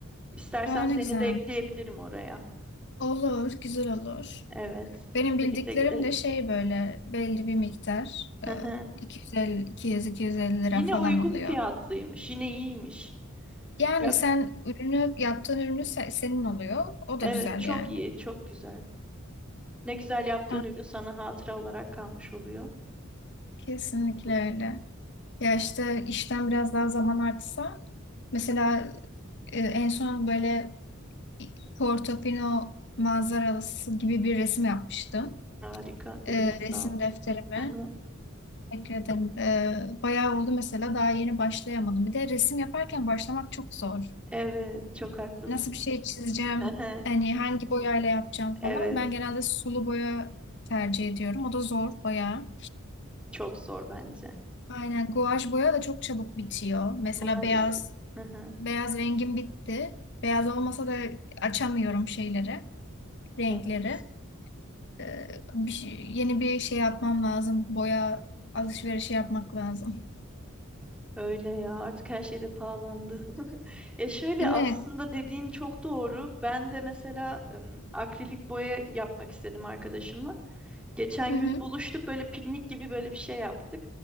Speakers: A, in the centre; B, on the left.
A: İstersen
B: Aa
A: seni
B: ne güzel.
A: de ekleyebilirim oraya.
B: Olur, güzel olur.
A: Evet.
B: Benim
A: Birlikte
B: bildiklerim
A: gideriz.
B: de şey böyle belli bir miktar.
A: Hı
B: e,
A: hı.
B: 250, 200-250 lira
A: Yine
B: falan
A: uygun
B: oluyor.
A: fiyatlıymış. Yine iyiymiş.
B: Yani
A: Yap.
B: sen ürünü, yaptığın ürünü se- senin oluyor. O
A: Evet,
B: da güzel
A: çok
B: yani.
A: iyi, çok güzel. Ne güzel yaptığın
B: Aa,
A: ürün sana hatıra olarak kalmış oluyor.
B: kesinlikle öyle. Ya işte işten biraz daha zaman artsa Mesela e, en son böyle Portofino manzarası gibi bir resim yapmıştım.
A: Harika. Eline
B: Ee,
A: sağlık.
B: resim defterime
A: Hı hı.
B: ekledim. Ee, bayağı oldu mesela daha yeni başlayamadım. Bir de resim yaparken başlamak çok zor.
A: Evet, çok haklısın.
B: Nasıl bir şey çizeceğim,
A: Hı hı.
B: hani hangi boyayla yapacağım
A: Evet,
B: falan. Ben genelde sulu boya tercih ediyorum. O da zor bayağı.
A: çok zor bence.
B: Aynen guaj boya da çok çabuk bitiyor. Mesela
A: Maalesef.
B: beyaz
A: Hı hı,
B: beyaz rengim bitti. Beyaz olmasa da açamıyorum şeyleri, renkleri.
A: Evet.
B: Ee, bir şey- yeni bir şey yapmam lazım. Boya alışverişi yapmak lazım.
A: Öyle ya artık her şey de pahalandı. <laughs> Ya şöyle
B: Değil
A: aslında
B: mi?
A: dediğin çok doğru. Ben de mesela ım, akrilik boya yapmak istedim arkadaşımla. Geçen
B: Hı
A: gün
B: hı.
A: buluştuk böyle piknik gibi böyle bir şey yaptık.